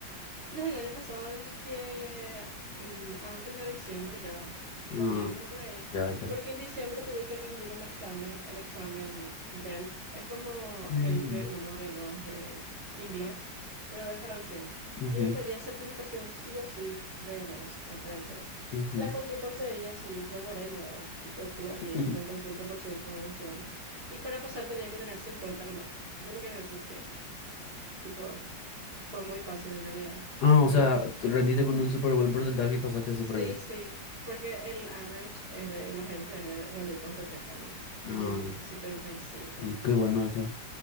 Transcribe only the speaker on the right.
Desde el año pasado, desde que, mm, antes de diciembre ya, noviembre
por ahí,
porque en diciembre tuve que rendir un examen, el examen DELF, es como
el b uno b dos de inglés, pero de francés,
y me pedía certificación sí o sí b dos en francés,
la cual yo conseguí así, devoré luego, tipo tuve
así 75% de 100, y para pasar tenía que tener 50 nomás, yo me quedé así que, tipo... Fue muy fácil en realidad.
Tipo,
Sí,
sí, porque el average es de la gente es de rendir con 70 nomás.
Y yo hice hice setenta y cinco.